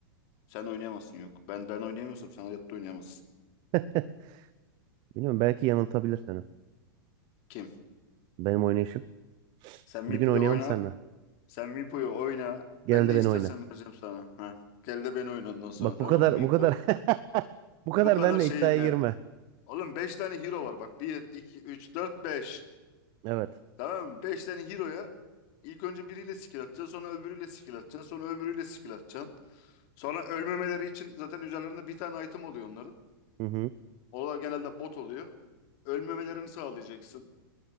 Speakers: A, on the left; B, on the right.
A: Sen oynayamazsın yok. Ben ben oynayamıyorsam sen hayatta oynayamazsın.
B: <laughs> Bilmiyorum belki yanıltabilir seni.
A: Kim?
B: Benim oynayışım.
A: Sen Mipo'yu
B: Bir gün oynayalım
A: oyna.
B: seninle.
A: Sen Mipo'yu oyna. Ben
B: Gel
A: ne
B: de
A: istersen
B: beni oyna.
A: vereceğim sana. Ha. Gel de ben oyna ondan sonra
B: Bak
A: tamam
B: bu kadar
A: mı? Mipo.
B: bu kadar <laughs> bu kadar
A: Bu kadar
B: benle
A: şeyim
B: iddiaya
A: yani.
B: girme.
A: Oğlum 5 tane hero var bak. bir, 2, 3, 4, 5.
B: Evet.
A: Tamam mı? 5 tane hero'ya ilk önce biriyle skill atacaksın. Sonra öbürüyle skill atacaksın. Sonra öbürüyle skill atacaksın. Sonra ölmemeleri için zaten üzerlerinde bir tane item oluyor onların.
B: Hı hı.
A: Onlar genelde bot oluyor. Ölmemelerini sağlayacaksın.